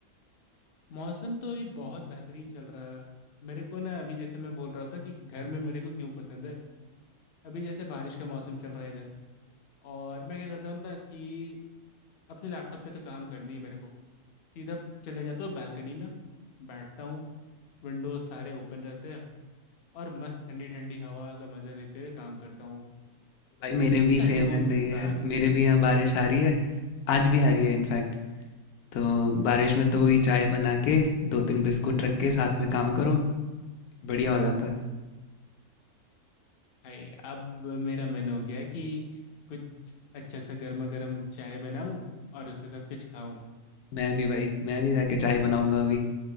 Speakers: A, on the left; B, on the left.
A: मौसम तो अभी बहुत बेहतरीन चल रहा है मेरे को ना अभी जैसे मैं बोल रहा था कि घर में मेरे को क्यों पसंद है अभी जैसे बारिश का मौसम चल रहा है इधर और मैं क्या करता हूँ ना कि अपने लैपटॉप पे तो काम करनी है मेरे को सीधा चले जाता हूँ बालकनी में बैठता हूँ विंडोज सारे ओपन रहते हैं और मस्त ठंडी ठंडी हवा का मज़े लेते हुए काम करता हूँ
B: भाई मेरे
A: अच्छा
B: भी सेम
A: सुकून
B: ऐसा
A: मिलता
B: ही है
A: है
B: मेरे भी यहाँ बारिश आ रही है आज भी आ रही है इनफैक्ट तो बारिश में तो वही चाय बना के दो तीन बिस्कुट रख के साथ में काम करो बढ़िया हो जाता है
A: हाय अब मेरा मन हो गया कि कुछ अच्छा सा गर्मा गर्म चाय बनाऊँ और उसके साथ कुछ खाऊं
B: मैं भी भाई मैं भी जाके चाय बनाऊंगा अभी